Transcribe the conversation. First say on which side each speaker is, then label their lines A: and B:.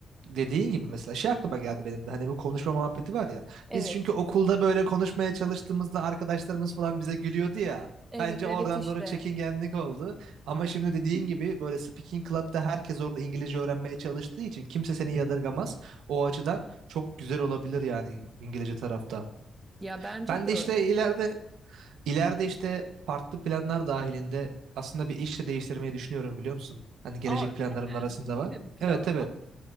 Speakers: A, on the right (about 80°); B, on the right (about 25°).
A: dediğin gibi mesela şey aklıma geldi benim de hani bu konuşma muhabbeti var ya
B: Evet,
A: biz çünkü okulda böyle konuşmaya çalıştığımızda arkadaşlarımız falan bize gülüyordu ya
B: evet,
A: bence
B: evet
A: oradan
B: işte.
A: doğru çekingenlik oldu ama şimdi dediğin gibi böyle speaking club'da herkes orada İngilizce öğrenmeye çalıştığı için kimse seni yadırgamaz o açıdan çok güzel olabilir yani İngilizce tarafta
B: Ya bence
A: ben
B: de
A: de
B: öyle.
A: işte ileride İleride işte farklı planlar dahilinde aslında bir iş de değiştirmeyi düşünüyorum biliyor musun? Hani gelecek
B: Aa öyle
A: planlarım arasında
B: mi? Ne gibi
A: var.
B: bir planım
A: Evet evet.